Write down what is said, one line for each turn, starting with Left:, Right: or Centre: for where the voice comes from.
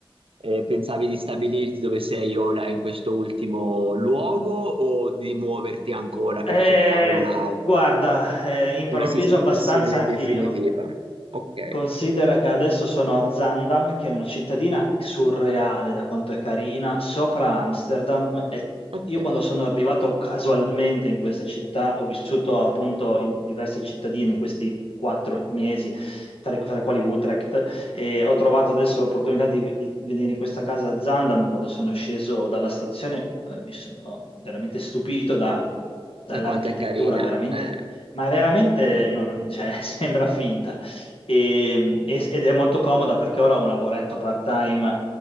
Right: E pensavi di stabilirti dove sei ora in questo ultimo luogo o di muoverti ancora per
Left: Eh,
Right: cercare una,
Left: guarda, eh, improvviso
Right: una sistemazione
Left: abbastanza anch'io.
Right: definitiva? Ok,
Left: Considera che adesso sono a Zandam, che è una cittadina surreale da quanto è carina, sopra Amsterdam. E
Right: ok.
Left: io quando sono arrivato casualmente in questa città, ho vissuto appunto in diverse cittadine in questi quattro mesi, tra, tra le quali Utrecht, e ho trovato adesso l'opportunità di, di venire in questa casa a Zandam. Quando sono sceso dalla stazione, eh, mi sono veramente stupito da- dall'architettura,
Right: Da quanto è carina?
Left: veramente,
Right: Eh,
Left: ma veramente no, cioè, <laughs> sembra finta e- e- ed è molto comoda perché ora ho un lavoretto part-time